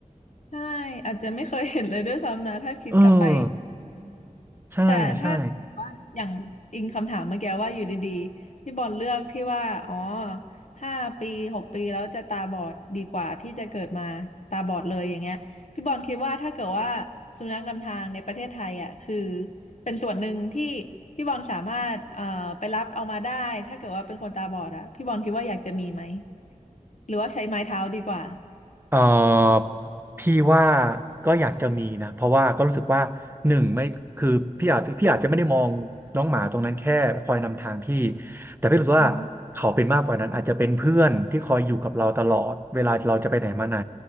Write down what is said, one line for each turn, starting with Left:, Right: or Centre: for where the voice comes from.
Left: ใช่อาจจะไม่เคยเห็นเลยด้วยซ้ำนะถ้าคิดกลับไป
Right: เออใช่ใช่
Left: แต่ถ้าว่าอย่างอิงคำถามเมื่อกี้ว่าอยู่ดีๆพี่บอลเลือกที่ว่าอ๋อห้าปีหกปีแล้วจะตาบอดดีกว่าที่จะเกิดมาตาบอดเลยอย่างเงี้ยพี่บอลคิดว่าถ้าเกิดว่าสุนัขนำทางในประเทศไทยอ่ะคือเป็นส่วนหนึ่งที่พี่บอลสามารถเอ่อไปรับเอามาได้ถ้าเกิดว่าเป็นคนตาบอดอ่ะพี่บอลคิดว่าอยากจะมีไหมหรือว่าใช้ไม้เท้าดีกว่า
Right: เอ่อพี่ว่าก็อยากจะมีนะเพราะว่าก็รู้สึกว่าหนึ่งไม่คือพี่อาจพี่อาจจะไม่ได้มองน้องหมาตรงนั้นแค่คอยนำทางพี่แต่พี่รู้สึกว่าเขาเป็นมากกว่านั้นอาจจะเป็นเพื่อนที่คอยอยู่กับเราตลอดเวลาเราจะไปไหนมาไหน
Left: อื